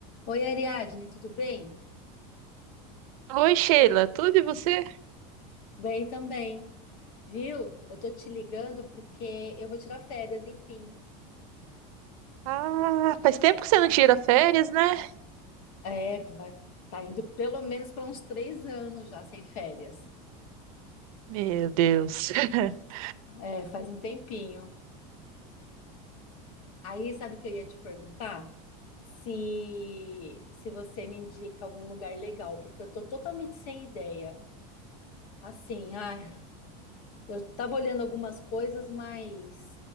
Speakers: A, on the left; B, on the right.
A: Oi, Ariadne, tudo bem?
B: Oi, Sheila, tudo e você?
A: Bem também. Viu? Eu tô te ligando porque eu vou tirar férias, enfim.
B: Ah, faz tempo que você não tira férias, né?
A: É, vai, tá indo pelo menos para uns três anos já sem férias.
B: Meu Deus. <laughs>
A: É, faz um tempinho. Aí, sabe o que eu ia te perguntar? Se, se você me indica algum lugar legal, porque eu tô totalmente sem ideia. Assim, ai, eu tava olhando algumas coisas, mas,